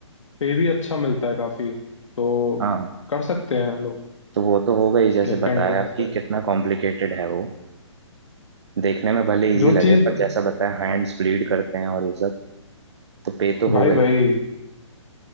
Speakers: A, on the left (about 70°); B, on the right (about 60°).
A: पे भी अच्छा मिलता है काफी तो
B: हाँ
A: कर सकते हैं लोग
B: तो वो तो होगा ही जैसे
A: जिनका
B: बताया
A: इंटरेस्ट
B: कि
A: है
B: कितना कॉम्प्लिकेटेड है वो देखने में भले इजी
A: जो
B: लगे
A: चीज
B: पर जैसा बताया हैंड्स ब्लीड करते हैं और ये सब तो पे तो होगा
A: भाई
B: ही
A: भाई